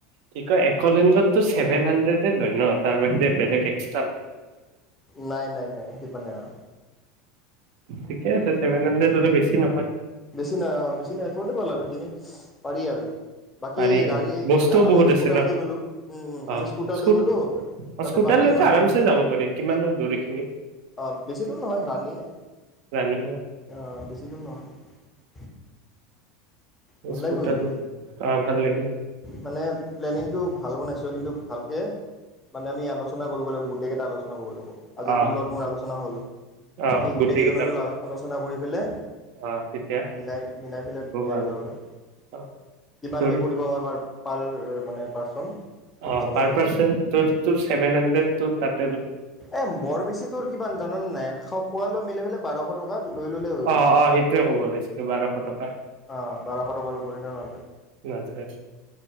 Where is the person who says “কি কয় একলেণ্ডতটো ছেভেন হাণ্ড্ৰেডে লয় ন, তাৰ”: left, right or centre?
Right